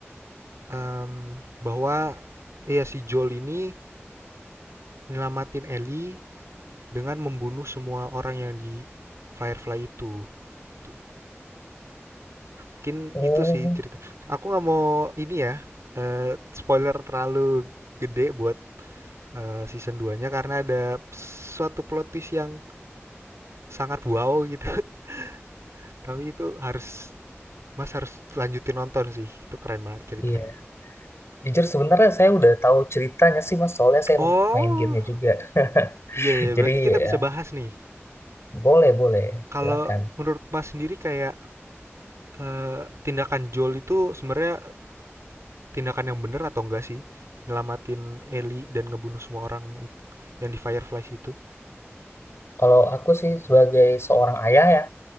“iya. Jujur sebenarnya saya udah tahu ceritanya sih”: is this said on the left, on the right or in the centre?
Left